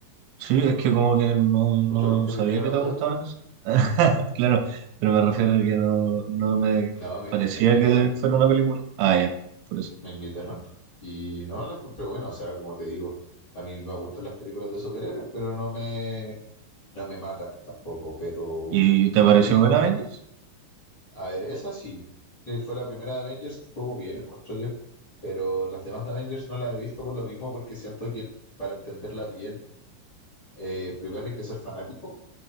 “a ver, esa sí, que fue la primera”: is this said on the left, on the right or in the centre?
Left